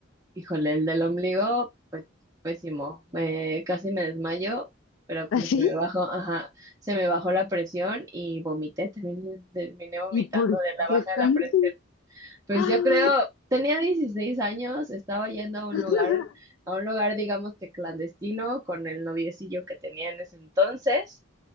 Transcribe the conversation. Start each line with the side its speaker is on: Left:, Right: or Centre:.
Right: Híjole, el del ombligo, pues pésimo. Me, casi me desmayo, pero como
Left: ¿Así?
Right: se me bajó, ajá, se me bajó la presión y vomité, terminé, terminé vomitando
Left: ¿Y por
Right: de la baja
Left: qué
Right: de
Left: tanto?
Right: la presión. Pues
Left: ¡Ah!
Right: yo creo, tenía 16 años, estaba yendo a un
Left: <laughs>
Right: lugar, a un lugar, digamos que clandestino, con el noviecillo que tenía en ese entonces,